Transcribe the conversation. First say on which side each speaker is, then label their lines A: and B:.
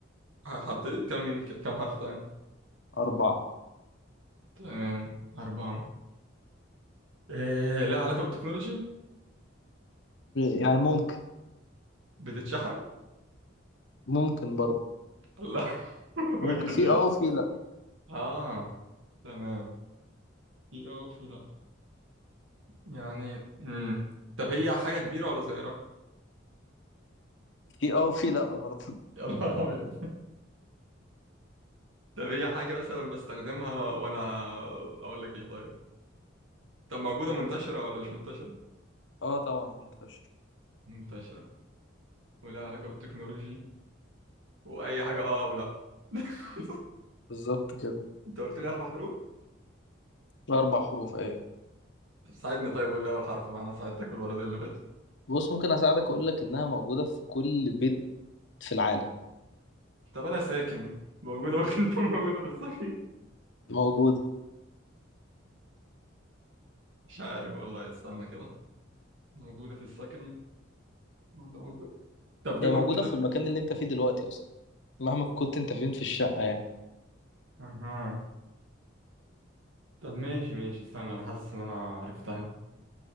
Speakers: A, on the right; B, on the left.
A: <laughs> حطيت كم كم حرف تاني
B: أربعة
A: تمام أربعة إيه لها علاقة بالتكنولوجي
B: يعني ممكن
A: بتتشحن؟
B: ممكن برضه
A: لا <laughs>
B: ممكن
A: يعني
B: في
A: إيه؟
B: اه وفي لا
A: اه تمام في اه وفي لا يعني امم طب هي حاجة كبيرة ولا صغيرة؟
B: في اه وفي لا برضه
A: <laughs> يا نهار ابيض طب هي حاجة مثلا بستخدمها وأنا أقول لك إيه طيب؟ طب موجودة منتشرة ولا مش منتشرة؟
B: اه طبعا منتشر
A: منتشرة ولها علاقة بالتكنولوجي وأي حاجة أه أو لأ <laughs>
B: بالظبط كده
A: أنت قلت لي أربع حروف؟
B: اربع حروف ايوه
A: طب ساعدني طيب قول لي أول حرف بقى أنا ساعدتك في الورقتين اللي فاتوا
B: بص ممكن اساعدك اقول لك انها موجوده في كل بيت في العالم
A: طب أنا ساكن موجودة ممكن تكون موجودة في السكن؟
B: موجوده
A: مش عارف والله استنى كده موجودة في السكن ده موجود. طب تبقى
B: هي موجوده
A: موجودة
B: في المكان اللي انت فيه دلوقتي اصلا مهما كنت انت فين في الشقه يعني
A: اها طب ماشي ماشي استنى انا حاسس ان انا عرفتها